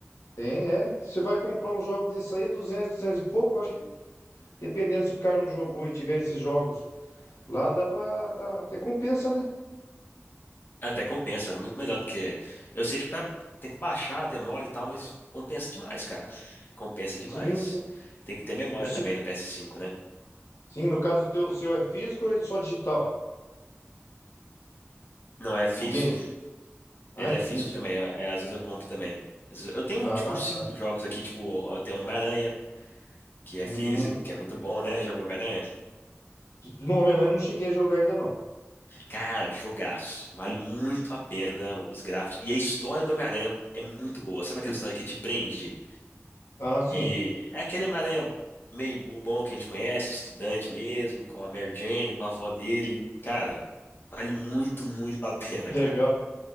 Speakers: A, on the left; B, on the left.
A: Tem, é. Você vai comprar um jogo desse aí, duzentos, 200 e pouco, eu acho que dependendo se o cara não jogou e tiver esses jogos lá, dá pra tá, ter compensa, né?
B: É, Até compensa, é muito melhor do que. Eu sei que pra- tem que baixar a demora e tal, mas compensa demais, cara. Compensa demais.
A: Sim, sim.
B: Tem que ter memória
A: O se-
B: também no ps cinco né?
A: sim, no caso, teu, o seu é físico ou é só digital?
B: Não é físico.
A: O game? Ah,
B: Ele
A: é físico.
B: é físico também, é- é, às vezes eu compro também. Às vezes- Eu tenho,
A: Ah,
B: tipo, uns cinco jogos aqui, tipo, eu tenho Homem-Aranha, que
A: hum.
B: é físico, que é muito bom, né? Jogo Homem-Aranha.
A: No momento eu não cheguei a jogar ainda não.
B: Cara, jogaço. Vale muito a pena os gráficos. E a história do Homem-Aranha é muito boa. Sabe aquela história que te prende?
A: Ah, sim.
B: E é aquele Homem-Aranha meio bobão que a gente conhece, estudante mesmo, com a Mary Jane, com a avó dele. Cara, vale muito, muito a pena,
A: Legal.
B: cara.